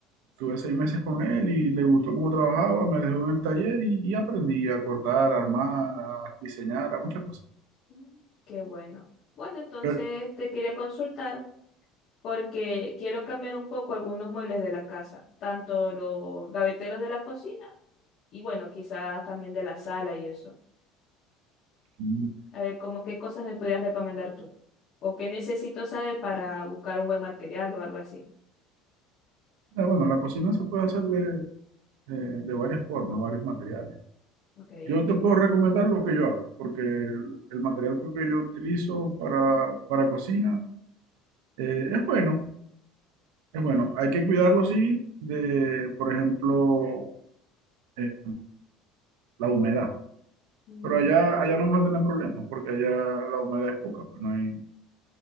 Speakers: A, on the right (about 85°); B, on the left (about 45°).
A: tuve seis meses con él y le gustó cómo trabajaba, me dejó en el taller y, y aprendí a cortar, a armar, a diseñar, a muchas cosas.
B: Mm. Qué bueno. Bueno, entonces
A: Pero,
B: te quería consultar porque quiero cambiar un poco algunos muebles de la casa, tanto los gaveteros de la cocina y bueno, quizás también de la sala y eso.
A: mm,
B: A ver, como qué cosas me podrías recomendar tú. O qué necesito saber para buscar un buen material o algo así.
A: ah, bueno, la cocina se puede hacer de, de de varias formas, varios materiales.
B: Ok.
A: Yo te puedo recomendar lo que yo hago, porque el, el material pues, que yo utilizo para, para cocina eh, es bueno, es bueno. Hay que cuidarlo, sí, de, por ejemplo, eh, la humedad.
B: Mm,
A: Pero allá, allá no vas a tener problemas, porque allá la humedad es poca, pues no hay,